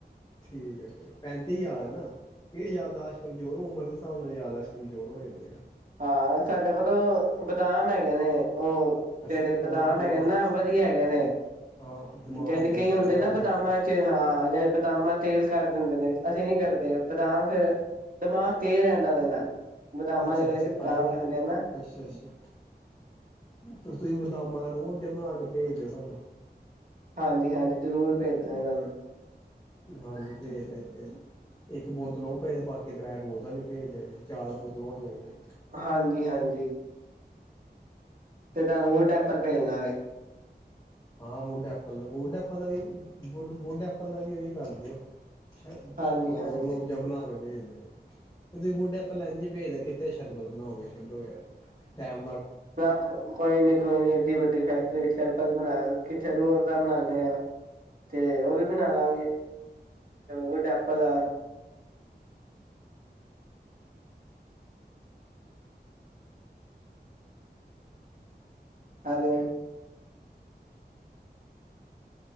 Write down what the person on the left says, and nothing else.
ਠੀਕ ਐ, ਪੈਂਤੀ ਹਜਾਰ ਨਾ, ਇਹ ਯਾਦਾਸ਼ ਕਮਜ਼ੋਰ, ਉਮਰ ਹਿਸਾਬ ਨਾਲ ਯਾਦਾਸ਼ ਕਮਜ਼ੋਰ ਹੋ ਜਾਂਦੇ।
ਅੱਛਾ
ਉਹ
ਦਿਮਾਗ
ਹਾਂ ਦਿਮਾਗ
ਤੇਜ਼
ਕਰ
ਯਾਦਾਸ਼ਤ
ਅੱਛਾ
-ਅੱਛਾ,
ਤਾਹੀਓ
ਅੱਛ ਅੱਛਾ ਤੁਸੀਂ ਬਦਾਮ ਰੂਅਬਜਾ ਬਣਾ ਕੇ ਭੇਜਦੇਓ ਸਾਨੂੰ।
<unintelligible> ਭੇਜਦੇ ਭੇ ਇੱਕ ਬੋਤਲ ਉਹ ਭੇਜੇ ਬਾਕੀ <unintelligible> ਭੇਜਦੇ ਚਾਰ ਬੋਤ <unintelligible>
ਹਾਂ ਬੋਨ <unintelligible> ਵੁੱਡ ਵੁੱਡ ਐਪਲ ਦਾ ਵੀ ਉਹੀ ਕਰਦੇਓ। <unintelligible>
ਰੋਬਜਾ ਬਨਾ ਕੇ ਭੇ <inaudible> <unintelligible> ਸ਼ਰਬਲ ਬਣਾਓਗੇ ਛੱਡੋ ਯਾਰ ਟ <unintelligible>